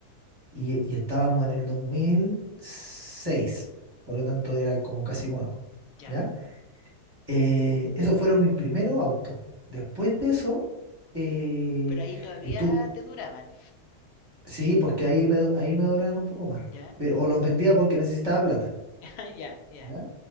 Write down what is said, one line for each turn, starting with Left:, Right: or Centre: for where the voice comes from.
Right: y, y estábamos en el dos mil seis Por lo tanto, era como casi nuevo.
Left: Ya.
Right: ¿Ya? Eh, esos fueron mis primeros autos. Después de eso, eh,
Left: Pero ahí todavía
Right: estuve.
Left: te duraban.
Right: Sí, pues que ahí me, ahí me duraban un poco más.
Left: ¿Ya?
Right: Pero, o los vendía porque necesitaba plata,
Left: <laughs> Ya, ya,
Right: ¿ya?